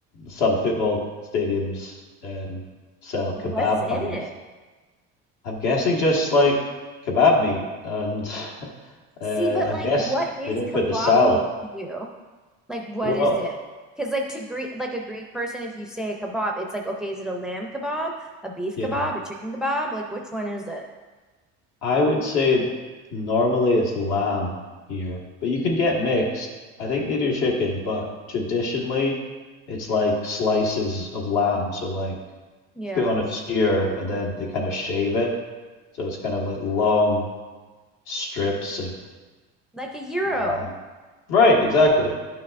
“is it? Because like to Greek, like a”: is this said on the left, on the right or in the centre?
Centre